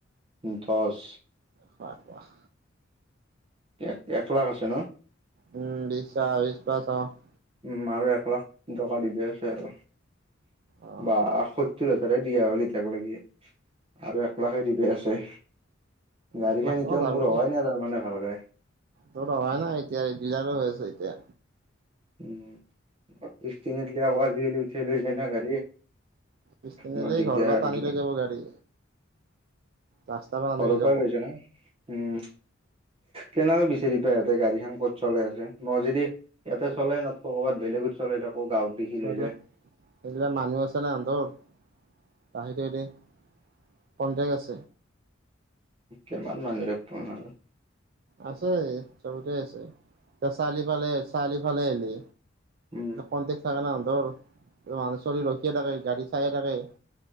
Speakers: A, on the right; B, on the right.
A: দহ।
B: সাত লাখ।
A: এক এক লাখ আছে ন?
B: উম, <unintelligible>
A: উম আৰু এক লাখ টকা দিবা আছে আৰু।
B: অ
A: বা আ, <unintelligible> হাজাৰ দিয়া হ'লে এতিয়াক লেকে আৰু এক লাখে দিবা আছে। গাড়ী
B: এক লাখ
A: খান
B: টকা
A: এতিয়াও
B: যাব
A: মোৰ
B: দেই
A: হোৱাই নাই তাৰমানে ভালকৈ।
B: তোৰ হোৱা নাই এতিয়া, ডিলাৰৰ হৈ আছে এতিয়া।
A: উম, কিস্তি নেদিলি আকৌ আজি-কালি উঠাই লৈ যায় না গাড়ী।
B: কিস্তি নেদিলি
A: বৰ দিগদাৰ
B: ঘৰ পা টানি
A: এইগিলা
B: লৈ যাব গাড়ী। ৰাস্তাৰ পৰা টানি
A: ঘৰৰ
B: লৈ যাব
A: পৰাই লৈছা না। উম তেনেহলে বেছি চিনি পাই ইহতে গাড়ী খান ক'ত চলাই আছে। মই যদি ইয়াতে চলাই নাথাকো, কৰ'বাত বেলেগত চলাই থাকো গাঁৱত দেখি
B: চাই
A: লৈ
B: ল
A: যায়
B: সেইগিলা মানুহ আছে না হেন্তৰ। <inaudible> কন্টেক আছে।
A: কিমান মানুহৰ ফোন আৰু।
B: আছে, চবতে আছে। চাৰলিফালে-চাৰিফালে আহিলি।
A: উম
B: কণ্টেক <unintelligible> হঁতৰ মানুহ চলি ৰখিয়ে থাকে গাড়ী চাইে থাকে।